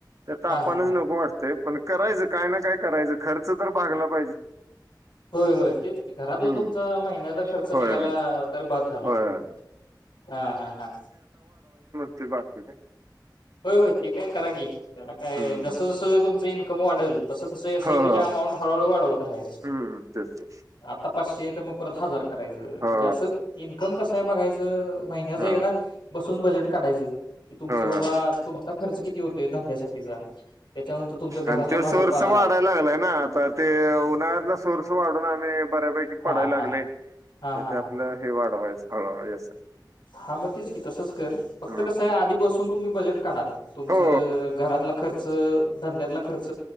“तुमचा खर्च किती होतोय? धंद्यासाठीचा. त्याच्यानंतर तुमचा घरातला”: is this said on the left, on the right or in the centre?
Left